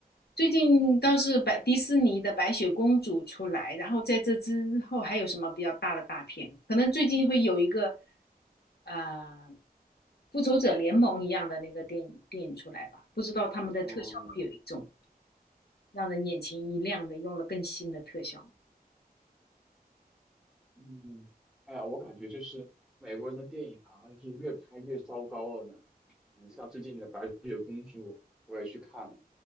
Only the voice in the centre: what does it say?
嗯，
嗯，哎呀，我感觉就是美国人的电影好像是越拍越糟糕了呢。嗯，像最近的《白雪公主》，我也去看了，